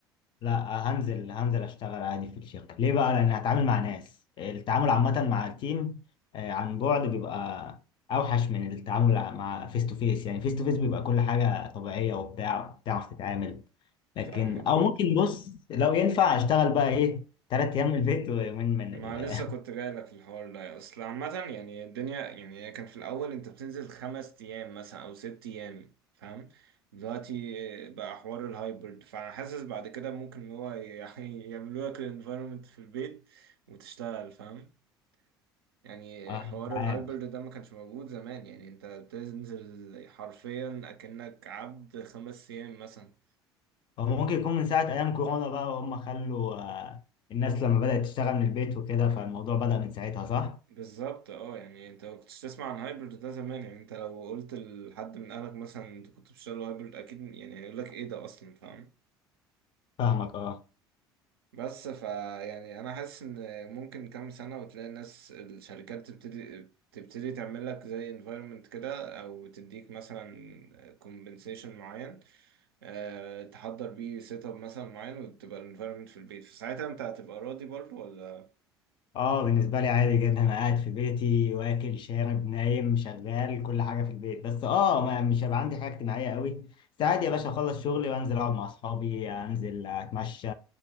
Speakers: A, on the left; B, on the right.
A: لا هنزل هنزل اشتغل عادي في الشركه ليه بقى لان هتعامل مع ناس التعامل عامه مع التيم آه، عن بعد بيبقى اوحش من التعامل مع فيس تو فيس يعني فيس تو فيس بيبقى كل حاجه طبيعيه وبتاع بتعرف تتعامل لكن
B: فاهمك
A: او
B: آه.
A: ممكن بص لو ينفع اشتغل بقى ايه ثلاث ايام من البيت ويومين من
B: ما
A: ال
B: لسه كنت جاي لك في الحوار ده اصل عامة يعني الدنيا يعني هي كان في الاول انت بتنزل خمس ايام مثلا او ست ايام فاهم دلوقتي بقى حوار الهايبرد فحاسس بعد كده ممكن ان هو يعني <laughs> يعملوا لك الانفايرمنت في البيت وتشتغل فاهم يعني
A: اه
B: حوار
A: مش
B: الهايبرد
A: عارف
B: ده ما كانش موجود زمان يعني انت بتنزل حرفيا اكنك عبد خمس ايام مثلا
A: هو ممكن يكون من ساعه ايام كورونا بقى وهم خلوا آه، الناس لما بدات تشتغل من البيت وكده فالموضوع بدأ من ساعتها صح
B: بالظبط اه يعني انت ما كنتش تسمع عن هايبرد ده زمان يعني انت لو قلت لحد من اهلك مثلا انت كنت بتشتغل هايبرد اكيد يعني هيقول لك ايه ده اصلا فاهم
A: فاهمك اه
B: بس فا يعني انا حاسس ان ممكن كام سنة وتلاقي الناس الشركات تبتدي تبتدي تعمل لك زي environment كده او تديك مثلا compensation معين أه تحضر بيه سيت اب مثلا معين وتبقى ال environment في البيت فساعتها انت هتبقى راضي برضه ولا
A: اه بالنسبة لي عادي جدا انا قاعد في بيتي واكل شارب نايم شغال كل حاجة في البيت بس اه ما مش هيبقى عندي حاجة اجتماعية قوي بس عادي يا باشا اخلص شغلي وانزل اقعد مع اصحابي انزل اتمشى